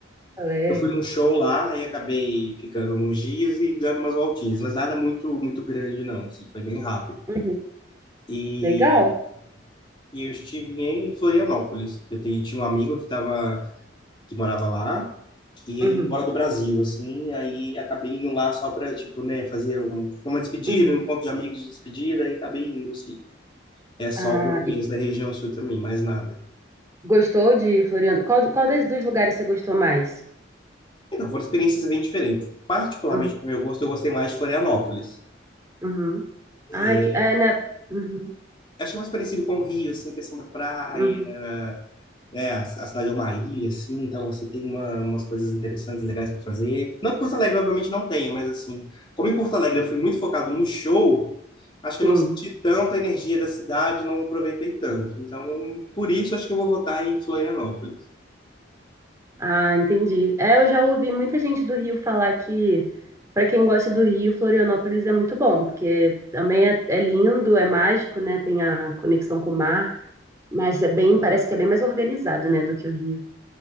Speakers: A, on the right; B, on the left.
A: Alegre.
B: Eu fui num show lá e acabei ficando uns dias e dando umas voltinhas, mas nada muito muito grande não, assim, foi bem rápido.
A: Uhum.
B: E,
A: Legal.
B: e eu estive em Florianópolis. Eu tenho- tinha um amigo que tava, que morava lá, e ele
A: Uhum.
B: ia embora do Brasil, assim, aí acabei indo lá só para, tipo, né, fazer um, uma despedida,
A: Uhum.
B: um encontro de amigos de despedida, aí acabei indo, assim. É só
A: Ah,
B: o que eu conheço
A: e
B: da região sul também, mais nada.
A: gostou de Floriano? Qual, qual des- dos lugares você gostou mais?
B: Então, foram experiências bem diferentes. Particularmente,
A: Uhum.
B: pro meu gosto, eu gostei mais de Florianópolis.
A: Uhum.
B: É,
A: Ai, que, é, né? Uhum.
B: Achei mais parecido com o Rio, assim, questão da praia,
A: Uhum.
B: É, a a cidade é uma ilha, assim, então você tem uma- umas coisas interessantes, legais para fazer. Não que Porto Alegre, obviamente, não tenha, mas assim, como em Porto Alegre eu fui muito focado no show, acho que
A: Sim.
B: eu não senti tanta energia da cidade, não aproveitei tanto. Então, por isso, acho que eu vou votar em Florianópolis.
A: Ah, entendi. É, eu já ouvi muita gente do Rio falar que, para quem gosta do Rio, Florianópolis é muito bom, porque também é, é lindo, é mágico, né? Tem a conexão com o mar, mas é bem, parece que é bem mais organizado, né, do que o Rio.